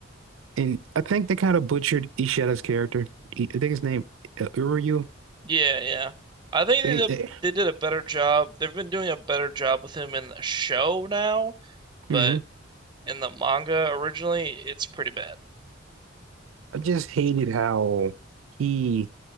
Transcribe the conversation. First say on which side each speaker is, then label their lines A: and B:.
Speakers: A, on the right; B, on the right.
A: And I think they kind of butchered Ishida's character. He- I think his name uh, Uryu.
B: yeah, yeah. I think
A: They,
B: they did
A: they,
B: a, they did a better job. They've been doing a better job with him in the show now,
A: mhm.
B: but in the manga originally, it's pretty bad.
A: I just hated how he